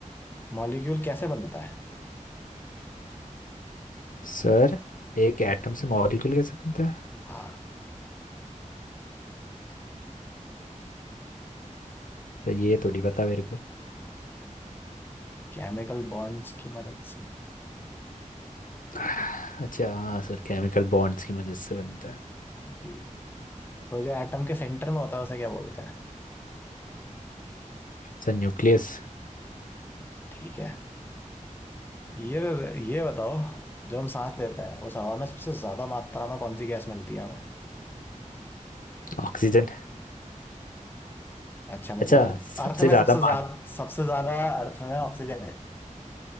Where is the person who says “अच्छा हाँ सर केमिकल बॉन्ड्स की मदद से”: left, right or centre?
Left